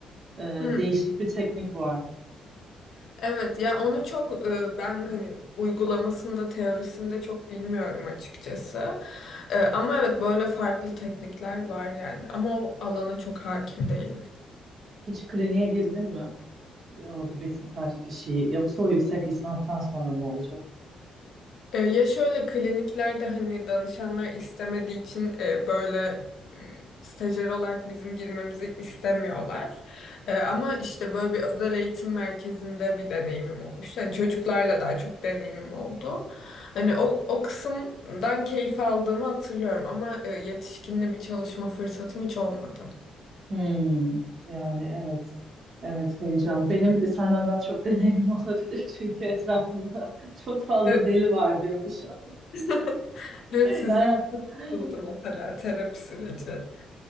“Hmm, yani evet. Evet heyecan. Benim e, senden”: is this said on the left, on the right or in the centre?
Right